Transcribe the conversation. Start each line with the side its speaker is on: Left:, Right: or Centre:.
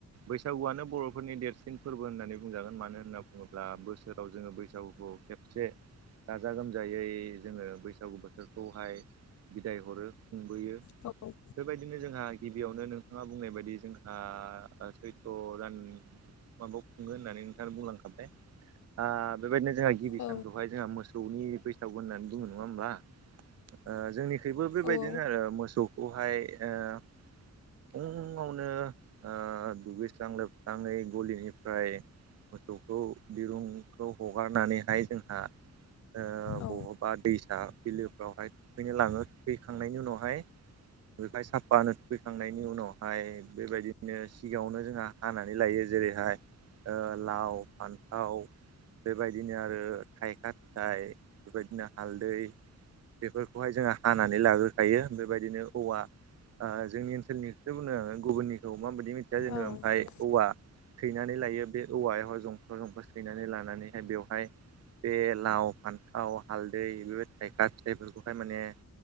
Right: बैसागुआनो बर'फोरनि देरसिन फोरबो होननानै बुंजागोन मानो होनना बुङोब्ला बोसोराव जोङो बैसागुखौ खेबसे गाजा गोमजायै जोङो बैसागु बोथोरखौहाय बिदाय हरो खुंबोयो।
Left: <unintelligible>
Right: बेबायदिनो जोंहा गिबियावनो नोंथाङा बुंनाय बायदि जोंहा ओ सैथ्र' दान माबायाव खुङो होननानै नोंथाङा बुंलांखाबाय ओ बेबायदिनो जोंहा गिबि
Left: औ
Right: सानखौहाय जोंहा मोसौनि बैसागु होननानै बुङो नङा होमबा ओ जोंनि खैबो बेबायदिनो
Left: औ
Right: आरो मोसौ वहाय ओ फुंङावनो ओ दुगैस्रां लोब स्राङै गलिनिफ्राय मोसौखौ दिरुंखौ हगारनानैहाय जोंहा ओ
Left: औ
Right: बह बा दैसा बिलोफ्रावहाय थुखैनो लाङो थुखैखांनायनि उनावहाय <unintelligible> साफानो थुखैखांनायनि उनावहाय बेबायदिनो सिगाङावनो जोंहा हानानै लायो जेरैहाय ओ लाव फान्थाव बेबायदिनो आरो थायखा फिथाय बेबायदिनो हालदै बेफोरखौहाय जोंहा हानानै लाग्रोखायो बेबायदिनो औवा ओ जोंनि ओनसोलनिखौसो बुंदों गुबुननिखौ माबायदि जोङो
Left: औ
Right: ओमफ्राय औवा सैनानै लायो बे औवायाव हाय जं सैनानै लानानैहाय बेवहाय बे लाव फान्थाव हालदै बेबायदि थाइखा फिथायफोरखौहाय माने